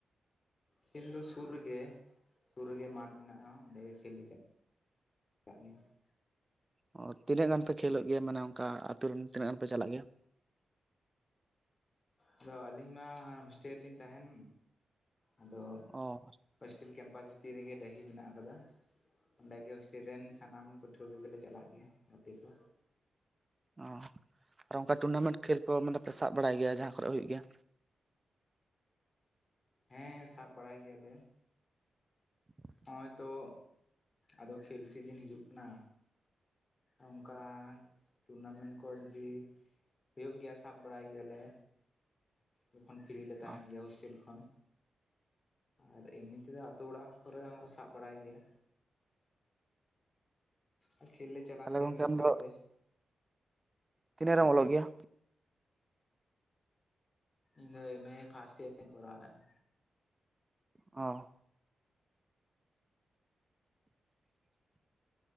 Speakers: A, on the left (about 30°); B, on the right (about 15°).
A: ᱠᱷᱮᱞ ᱫᱚ ᱥᱩᱨ ᱨᱮᱜᱮ ᱥᱩᱨ ᱨᱮᱜᱮ ᱢᱟᱴ ᱢᱮᱱᱟᱜᱼᱟ ᱚᱸᱰᱮ ᱜᱮ ᱠᱷᱮᱞ ᱞᱮ ᱪᱟ <inaudible>
B: ᱚ ᱛᱤᱱᱟᱹᱜ ᱜᱟᱱ ᱯᱮ ᱠᱷᱮᱞᱚᱜ ᱜᱮᱭᱟ ᱢᱟᱱᱮ ᱚᱱᱠᱟ ᱟᱛᱩᱨᱮᱱ ᱛᱤᱱᱟᱹᱜ ᱜᱟᱱ ᱯᱮ ᱪᱟᱞᱟᱜ ᱜᱮᱭᱟ?
A: ᱟᱫᱚ ᱟᱹᱞᱤᱧ ᱢᱟ ᱦᱳᱥᱴᱮᱞ ᱨᱮᱞᱤᱧ ᱛᱟᱦᱮᱱ ᱟᱫᱚ
B: ᱚ
A: ᱦᱳᱥᱴᱮᱞ ᱠᱮᱢᱯᱟᱥ ᱵᱷᱤᱛᱤ ᱨᱮᱜᱮ ᱰᱟᱹᱦᱤ ᱢᱮᱱᱟᱜ ᱟᱠᱟᱫᱟ, ᱚᱸᱰᱮ ᱜᱮ ᱦᱳᱥᱴᱮᱞ ᱨᱮᱱ ᱥᱟᱱᱟᱢ ᱯᱟᱹᱴᱷᱩᱣᱟᱹ ᱠᱚᱜᱮᱞᱮ ᱪᱟᱞᱟᱜ ᱜᱮᱭᱟ ᱜᱟᱛᱮ ᱠᱚ᱾
B: ᱚᱦ ᱟᱨ ᱚᱱᱠᱟ ᱴᱩᱨᱱᱟᱢᱮᱱᱴ ᱠᱷᱮᱞ ᱠᱚ ᱢᱟᱱᱮ ᱯᱮ ᱥᱟᱵ ᱵᱟᱲᱟᱭ ᱜᱮᱭᱟ ᱡᱟᱦᱟᱸ ᱠᱚᱨᱮ ᱦᱩᱭᱩᱜ ᱜᱮᱭᱟ?
A: ᱦᱮᱸ ᱥᱟᱵ ᱵᱟᱲᱟᱭ ᱜᱮᱭᱟᱞᱮ᱾
B: <inaudible>
A: ᱦᱚᱸ ᱚᱼᱚᱼᱭ ᱛᱚ ᱟᱫᱚ ᱠᱷᱮᱞ ᱥᱤᱡᱤᱱ ᱦᱤᱡᱩᱜ ᱠᱟᱱᱟ᱾ ᱚᱱᱠᱟ ᱴᱩᱨᱱᱟᱢᱮᱱᱴ ᱠᱚ ᱡᱩᱫᱤ ᱦᱩᱭᱩᱜ ᱜᱮᱭᱟ ᱥᱟᱵ ᱵᱟᱲᱟᱭ ᱜᱮᱭᱟᱞᱮ᱾ ᱡᱚᱠᱷᱚᱱ ᱯᱷᱤᱨᱤ ᱞᱮ ᱛᱟᱦᱮᱱ
B: ᱚ
A: ᱜᱮᱭᱟ ᱦᱳᱥᱴᱮᱞ ᱠᱷᱚᱱ᱾ ᱟᱨ ᱮᱢᱱᱤ ᱛᱮᱫᱚ ᱟᱛᱳ ᱚᱲᱟᱜ ᱠᱚᱨᱮ ᱦᱚᱸᱠᱚ ᱥᱟᱵ ᱵᱟᱲᱟᱭ ᱜᱮᱭᱟ᱾ ᱟᱨ ᱠᱷᱮᱞ ᱞᱮ ᱪᱟᱞᱟᱜ
B: ᱛᱟᱦᱚᱞᱮ
A: ᱜᱮᱭᱟ
B: ᱜᱚᱝᱠᱮ
A: ᱢᱤᱫ
B: ᱟᱢ
A: ᱥᱟᱶᱛᱮ᱾
B: ᱫᱚ ᱛᱤᱱᱟᱹᱜ ᱨᱮᱢ ᱚᱞᱚᱜ ᱜᱮᱭᱟ?
A: ᱤᱧ ᱫᱚ ᱮᱢ ᱮ ᱯᱷᱟᱥᱴ ᱤᱭᱟᱨ ᱤᱧ ᱠᱚᱨᱟᱟᱣᱮᱜ-ᱟ᱾
B: ᱚᱜ <inaudible>